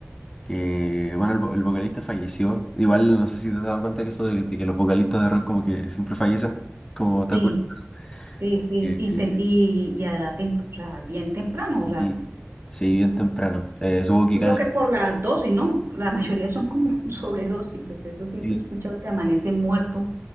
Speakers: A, on the left (about 20°); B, on the right (about 80°).
A: que, bueno, el, vo- el vocalista falleció. Igual, no sé si te has dado cuenta que eso de, de que los vocalistas de rock como que siempre fallecen, como está
B: Sí,
A: curioso.
B: sí, sí.
A: Eh,
B: Y,
A: eh,
B: tem- y, y a edad tem- o sea, bien temprano, o
A: y
B: sea, yo
A: sí, bien temprano. Eh, supongo que
B: creo
A: gana.
B: que por la dosis, ¿no? La mayoría son como <laughs> sobredosis, pues eso siempre
A: sí.
B: he escuchado que amanece muerto.